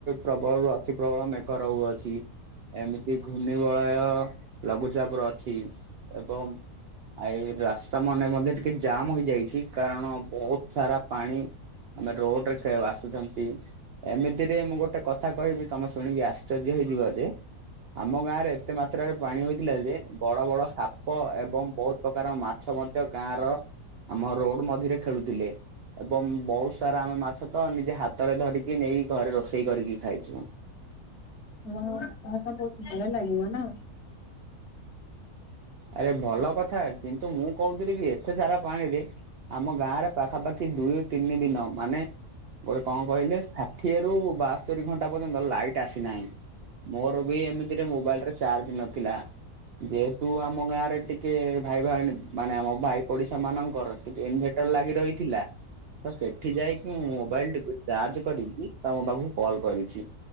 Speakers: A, on the right; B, on the left.
A: ପ୍ରବଳରୁ ଅ ଅତି ପ୍ରବଳ ମେଘ ରହୁଅଛି ଏମିତି ଘୂର୍ଣ୍ଣିବଳୟ ଲଘୁଚାପର ଅଛି ଏବଂ ଆଇ ରାସ୍ ସ୍ତାମାନେ ମଧ୍ୟ ଟିକେ ଜାମ୍ ହୋଇଯାଇଛି କାରଣ ବୋହୁତ ସାରା ପାଣି ଆମେ ରୋଡରେ ଖେ ଭାସୁଥାନ୍ତି। ଏମିତିରେ ମୁଁ ଗୋଟେ କଥା କହିବି ତମେ ଶୁଣିକି ଆଶ୍ଚର୍ଯ୍ୟ ହେଇଯିବ ଯେ ଆମ ଗାଁରେ ଏତେ ମାତ୍ରାରେ ପାଣି ହୋଇଥିଲା ଯେ ବଡ ବଡ ସାପ ଏବଂ ବୋହୁତ ପ୍ରକାର ମାଛ ମଧ୍ୟ ଗାଁର ଆମ ରୋଡ ମଝିରେ ଖେଳୁଥୁଲେ ଏବଂ ବୋହୁତ ସାରା ଆମେ ମାଛ ତ ନିଜେ ହାତରେ ଧରିକି ନେଇ ଘରେ ରୋଷେଇ କରିକି ଖାଇଛୁ।
B: ଓହୋ ହଁ ତାକୁ ଭଲ ଲାଗିବ ନା।
A: ଆରେ ଭଲ କଥା କିନ୍ତୁ ମୁଁ କୋହୁଥିଲି କି ଏତେ ସାରା ପାଣିରେ ଆମ ଗାଁର ପାଖାପାଖି ଦୁଇ ତିନି ଦିନ ମାନେ ଗୋଟେ କଣ କହିଲେ ଫା ଷାଠିଏରୁ ବାସ୍ତରି ଘଣ୍ଟା ପର୍ଯ୍ୟନ୍ତ ଲାଇଟ୍ ଆସିନାହିଁ ମୋର ବି ଏମିତିରେ ମୋବାଇଲରେ ଚା ଚାର୍ଜ୍ ନଥିଲା ଯେହେତୁ ଆମ ଗାଁରେ ଟି ଟିକେ ଭାଇ ଭାଉଣୀ ମାନେ ଆମ ଭାଇ ପଡିଶା ମାନଙ୍କର ଟିକେ ଇନଭେଟର୍ ଲାଗି ରହିଥିଲା ତ ସେଠି ଯାଇକି ମୁଁ ମୋବାଇଲଟିକୁ ଚାର୍ଜ କରିକି ତମ ପାଖକୁ କଲ୍ କରିଛି।